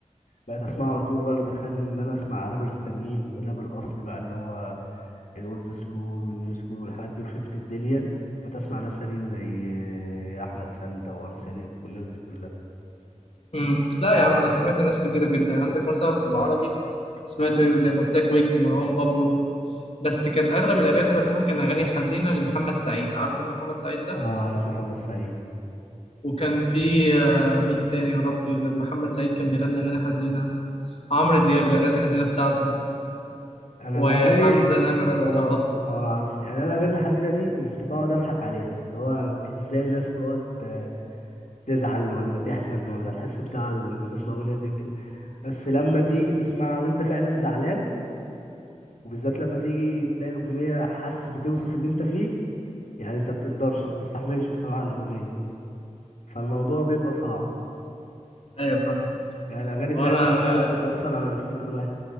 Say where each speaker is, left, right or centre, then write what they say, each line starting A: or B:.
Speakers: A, on the left; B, on the left.
A: بقيت اسمعه على طول ولا دخلني ان انا اسمع رابرز تانيين والراب الاصلي بقى اللي هو الاولد سكول والنيو سكول والحاجات دي وفهمت الدنيا بتسمع ناس تانيين زي آه، احمد سانتا وارسنك والناس دي كلها
B: امم لا يا عم انا سمعت ناس كتيره جدا عندك مثلا في العربي سمعت ايه زي ما قلت لك ويجز مروان بابلو بس كان اغلب الاغاني اللي بسمعها كان اغاني حزينه لمحمد سعيد عارف انت محمد سعيد ده
A: اه عارف محمد سعيد
B: وكان في آه، مين تاني يا ربي غير محمد سعيد كان بيغني اغاني حزينه عمرو دياب الاغاني الحزينه بتاعته
A: انا
B: وحمزه
A: الاغاني
B: نمره لو
A: اه
B: تعرفه
A: اه عارف يعني انا الاغاني الحزينه دي كنت بقعد اضحك عليها اللي هو ازاي ناس تقعد آه، تزعل ولا تحزن ولا تحس بزعل لما تسمع اغنيه زي كده بس لما تيجي تسمعها وانت فعلا زعلان وبالذات لما تيجي تلاقي الاغنيه حاسس بتوصف اللي انت فيه يعني انت بتقدرش ما بتستحملش بصراحه الاغنيه فالموضوع بيبقى صعب
B: ايوه فاهم
A: يعني الأغاني
B: وانا
A: فعلا فعلا بتأثر على نفسية الواحد